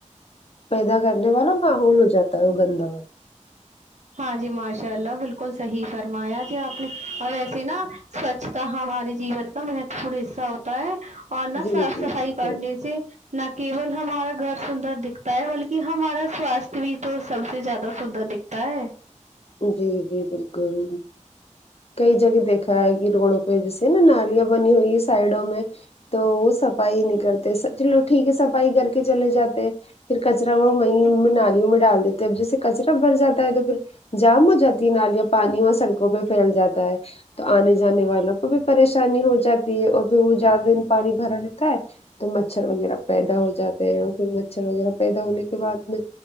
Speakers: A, on the left; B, on the right.
A: پیدا کرنے والا ماحول ہو جاتا ہے وہ گندا
B: ںاں جی ماشاللہ بلکل ساہی فرمایا جی اپ نے ویسے سے نا سوچھتا ہمارے جیون کا مہتو پورن حصہ ہوتا ہے اور نہ
A: جی
B: صاف
A: جی
B: صفائی
A: بالکل
B: کرنے سے نہ کیول ہمارا گھر سندر دکھتا ہے بلکہ ہمارا سواستھ بھی تو سب سے زیادہ سندر دکھتا تا ہی
A: جی جی بالکل کئی جگہ دیکھا ہے کہ روڈوں پہ جیسے نا نالیاں بنی ہوئی ہے سائڈوں میں تو وہ صفائی نہیں کرتے چلو ٹھیک ہے صفائی کر کے چلے جاتے پھر کچرا وہ وہیں نالیوں میں ڈال دیتے ہیں اب جیسے کچرا بھر جاتا ہے تو پھر جام ہو جاتی ہے نالیاں پانی وہ سڑکوں پہ پھیل جاتا ہے تو آنے جانے والوں کو بھی پریشانی ہو جاتی ہے اور پھر وہ زیادہ دن پانی بھرا رہتا ہے تو مچھر وغیرہ پیدا ہو جاتے ہیں اور پھر مچھر وغیرہ پیدا ہونے کے بعد میں